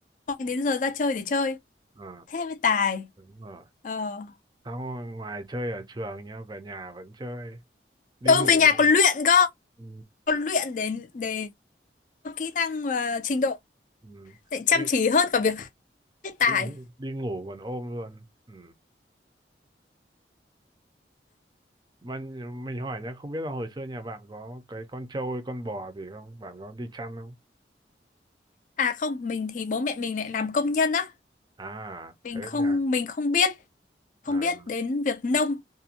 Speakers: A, on the left; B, on the right.
A: mong đến giờ ra chơi để chơi.
B: ờ
A: thế mới tài
B: đúng rồi
A: ờ
B: sau ngoài chơi ở trường nhá về nhà vẫn chơi đi
A: ừ
B: ngủ
A: về nhà còn luyện cơ
B: ừ,
A: còn luyện đến để kỹ năng và trình độ
B: ừ,
A: để chăm
B: đi
A: chỉ hơn cả việc hết tài
B: đi đi ngủ còn ôm luôn ừ. mà nh- mình hỏi nhá không biết là hồi xưa nhà bạn có cái con trâu hay con bò gì không bạn có đi chăn không
A: à không mình thì bố mẹ mình lại làm công nhân á
B: à
A: mình
B: thế
A: không
B: nhà
A: mình không biết không
B: à
A: biết đến việc nông